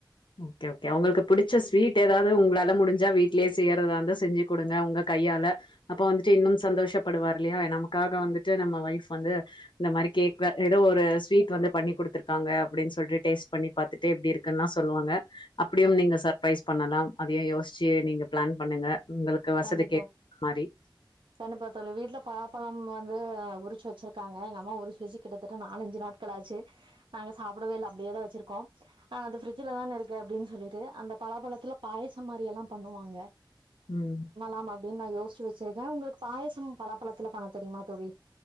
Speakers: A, on the left (about 75°); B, on the right (about 80°).
A: ஓகே ஓகே உங்களுக்கு புடிச்ச ஸ்வீட் ஏதாவது உங்களால முடிஞ்சா வீட்லியே செய்யறதாந்தா செஞ்சி குடுங்க உங்க கையால அப்ப வந்துட்டு இன்னும் சந்தோஷப்படுவாரு இல்லையா நமக்காக வந்துட்டு நம்ம வயஃப் வந்து இந்த மாதிரி கேக் எதோ ஒரு ஸ்வீட் வந்து பண்ணி குடுத்திருக்காங்க அப்பிடின் சொல்ட்டு டேஸ்ட் பண்ணி பாத்துட்டு எப்பிடி இருக்குனா சொ சொல்லுவாங்க அப்பிடியும் நீங்க சர்பரைஸ் பண்ணலா அதியு யோசிச்சி நீங்க பிளான் பண்ணுங்க உங்களுக்கு வசதிக்கு
B: கண்டிப்பா
A: ஏத்த மாரி
B: கண்டிப்பா தோழி வீட்ல பழாப்பழம் ம் வந்து உரிச்சி வச்சிருக்காங்க எங்க அம்மா உரிச்சி வைச்சி கிட்டத்தட்ட நாலஞ்சி நாட்கள் அச்சி நாங்க சாப்பிடவே இல்ல அப்பிடியேதா வச்சிருக்கோ அந்த ஃப்ரிஜ்லதான இருக்கு அப்பிடின் சொல்லிட்டு அந்த பழாப்பழத்துல பாயசம் மாரி எல்லா பண்ணுவாங்க
A: ம்
B: ஆமா அப்பிடின் நா யோசிவச்சிருக்கே உங்களுக்கு பாயாசோ பலாபழத்துல பண்ண தெரியுமா தோழி